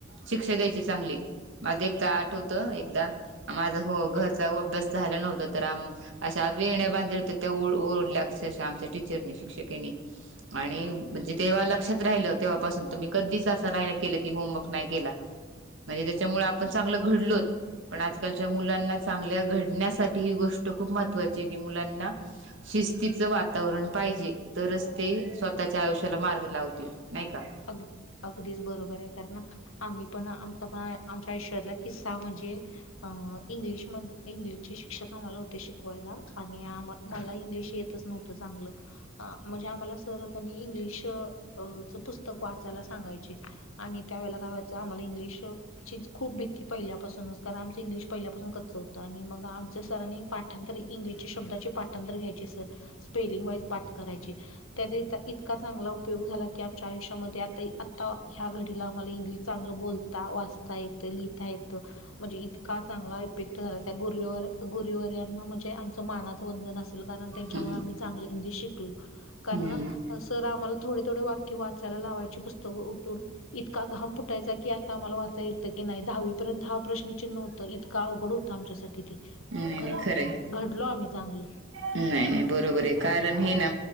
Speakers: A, on the right; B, on the left.
A: शिक्षा द्यायचे चांगले. माझ एकदा आठवत एकदा माझा हो घरचा अभ्यास झाला नव्हता तर आमहा असा वेण्या बांधलेल्या होत्या त्या ओरडल्या अक्षरशः आमच्या टीचरनी शिक्षकेनी आणि म्हणजे तेव्हा लक्षात राहिलं तेव्हापासून तर मीही कधीच असं नाहीहे केलं की होमवर्क नाही केला. म्हणजे त्याच्यामुळे आपण चांगलं घडलोत. पण आजकालच्या मुलांना चांगल्या घडण्यासाठी ही गोष्ट खूप महत्त्वाची आहे की मुलांना शिस्तीचं वातावरण पाहिजे तरच ते स्वतःच्या आयुष्याला मार्ग लावतील. नाही का.
B: अग अगदीच बरोबर आहे कर ना. आम्ही पण आमचा पण आमच्या आयुष्यातला किस्सा म्हणजे इंग्लिशमध इंग्लिशचे शिक्षक आम्हाला होते शिकवायला आणि आम मला इंग्लिश येतच नव्हतं चांगलं म्हणजे आम्हाला सर पनी इंग्लिश अ च पुस्तक पुस्तक वाचायला सांगायची आणि त्यावेेळेला काय व्हायचं आम्हाला इंग्लिश ची खूप भीती पहिल्यापासूनच कारण आमचं इंग्लिश पहिल्यापासून कच्च होतं आणि मग आमच्या सरांनी पाठ त्यानंतर इंग्लिशच्या शब्दाचे पाठांतर घ्यायचे सर स्पेलिंग वाईज पाठ करायचे. त्याचा इ इतका चांगला उपयोग झाला की आमच्या आयुष्यामध्ये आता इ आत आता ह्या घडीला आम्हाला इंग्लिश चांगलं बोलता वाचता येतं लिहिता येतं. म्हणजे इतका चांगला इफेक्ट झाला त्या गुर गुरुवर यांना म्हणजे आमच मानाचं वंदन असत. कारण त्यांच्या
A: हम्म
B: मुळे आम्ही चांगलं म्हणजे शिकलो कारण
A: हम्म
B: सर आम्हाला थोडे थोडे वाक्य वा त्याला लावायची पुस्तकं उठून इतका घाम फुायचा की आता आम्हाला वाचाय येतं की नाही दहावीपर्यंत हा प्रश्न चिन्ह होत. तर इतका अवघड होतता आमच्यासाठी ते
A: नाही
B: खरं
A: नाही खरंय
B: घडलो आम्ही चांगलं.
A: नाही नाही बरोबर आहे कारण हे ना